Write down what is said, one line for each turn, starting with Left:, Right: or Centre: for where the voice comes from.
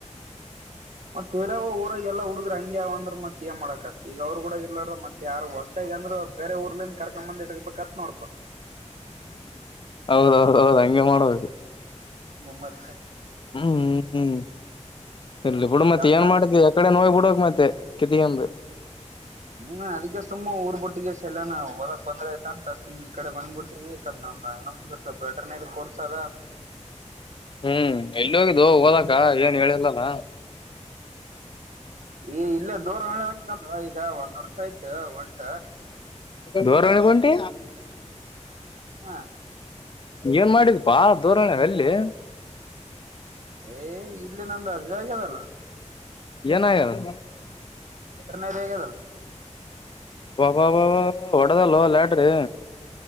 Right: ಹ್ಮ ತೇರ ಎಲ್ಲ ಹುಗ್ರ ಹಂಗೆ ಯಾವ ಅ್ರ ಮತ್ತೆ ಏ ಮಾಡಕತ್ತೆ ಈಗ ಅವ್ ಕಡ ಇರ್ಲಾರ್ರ ಮತ್ತ ಯಾರ ಹೊಸ್ಷಾಗಿ ಅಂದ್ರೆ ಬೇರೆ ಊರ್ಲ ಕರಕ ಬಂದ ಎಕ ಕತ್ನೋರ್ಪ
Left: ಹೌದೌದೌದು ಹಂಗೆ ಮಾಡ್ಬೇಕು
Right: ನಮ್ಮತ್
Left: ಹ್ಮ್ ಹ್ಮ್ ಇಲ್ಲಿ ಬಿುಡ ಮತ್ತ
Right: ಅಣ್ಣ
Left: ಏನ್ ಮಾಡಿದ ಯಕಡೆ ನೋೋಗ್ ಬಿುಡ ಮತ್ತೆ ಕಟ್ಟಗಂದು
Right: ಹ್ಮ ಅದಕ್ಕೆ ಸುಮ್ಮ ಊರ್ ಬುಟ್ಟಿಗೆ ಸಲ್ಲಾನ ಹೊದಕ್ ಬಂದ್ರ ಂತ ಸು್ ಈ ಕಡೆ ಬಂದ್ಬಿಟ್ಟು ಬೇಕದ್ ನ ಏನೊ ಒಂದು ಸ್ವಲ್ಪ್ ವೆಟರ್ನರಿ ಕೊರ್ಶ ಅದಾ
Left: ಹ್ಮ್ ಎಲ್ಲಿ ಹೋಗಿದ್ದು ಹೋದಕ್ಕ ಏನ್ ಹೇಳಿಿಲ್ಲಲ್ಲ
Right: ಈ ಇಲ್ಲೇ ದೋರಳ್ಳೆ ಉಂಟನಲ್ ಈಗ ಒಂದ್ ವರ್ಷ ಆಯ್ತು ಒಂಟ
Left: ಜೋರೊಳಗ್ ಹೊಂತಿ
Right: ಹಾ
Left: ಏನ್ ಮಾಡಿಕಪ್ಪಾ ದೂಾಣೆ ಎಲ್ಲಿ
Right: ಏ್ ಇಲ್ಲೇ ನಮ್ದ ಅ ಇದಾಗ್ಯದಲ್ಲ
Left: ಏನ ಆಗ್ಯದ
Right: ವೆಟರ್ನರಿ ಆಗ್ಯದಲ್
Left: ಅಬ್ಬಬಬ್ಬ ಹೊಡದಲ್ವ ಲ್ಯಡ್ರಿ